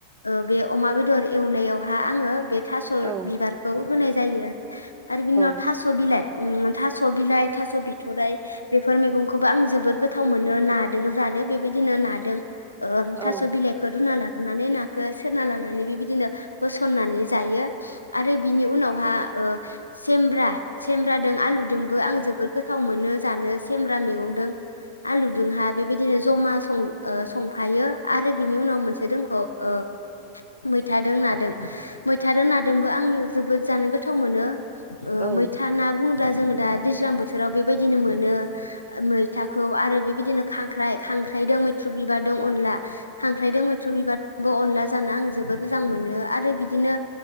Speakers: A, on the left; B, on the right.
A: ओ बे अमा बेदर एवनायाव हा आङो बे थास'
B: औ
A: बिबारखौ होनाय जायो आरो आरो बिनि उनाव
B: उम
A: थास' बिलाइ उम था स' बिलाइ थास' बिथ'राय बेफोर मैगंखौबो आं जोबोर गोथाव मोनो। नादों जानो बेबायदिनो ना दों। ओ
B: औ
A: थास' बिलाइखौ रुना ला‌ ग्रोनानै नाखौ सेरना लानानै बेबायदिनो होसननानै जायो। आरो बिनि उनावहा ओ सेमब्रा सेेब्राजों आलुजोंबो आं जोबोद गोथाव मोनो जानो सेमब्रा मेगंदो आलुजोंहा बेबायदिनो जमा सं ओ संफायो। आरो बिनि उनाव मोनसे दोंखौ ओ मैथादों नादों मैथादों नादोंबो आं जोबोद जानो गोद गोथाव मोनो।
B: औ
A: मैथा ना बुङो ब्ला जोङो दा दैज्लां बोथोराव बेबायदिनो मोनो। मैथाखौ आरो बे बिदिनो खांख्राइ खांख्राइदों मैथ्रु बिबारदों अनला हांख्रायदों मैथ्रु बिबार बो अनला जानो आं जोबोद मोजां मोनो आरो बिदिनो